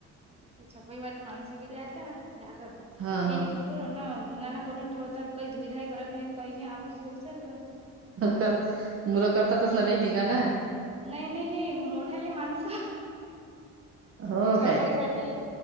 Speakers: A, on the right; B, on the right.
A: हे छपाईवाले माणसं गेले आता, आता
B: ह
A: गेली
B: ह
A: की ना धिंगाणा करून ठेवतात काही धुईधाय करत नाहीत काही नाही आवर जेवर चालू आहे
B: कर मुलं करतातच ना बाई धिंगाणा
A: नाही नाही हे मोठाली माणसं
B: हो
A: छपाईसाठी
B: काय